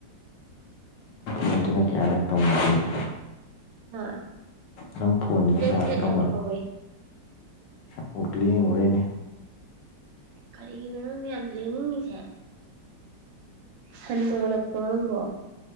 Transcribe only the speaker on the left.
ꯃꯦꯟꯇꯅꯥꯀꯤ ꯑꯥꯔꯛ ꯇꯥꯎꯃꯗꯤꯤꯟ <inaudible>
ꯅꯪ ꯐꯣꯟꯁꯤꯅ
ꯀꯔꯥꯏ
ꯇꯧꯅꯔꯣ
ꯆꯄ ꯂꯦꯡꯉꯨꯔꯦꯅꯦ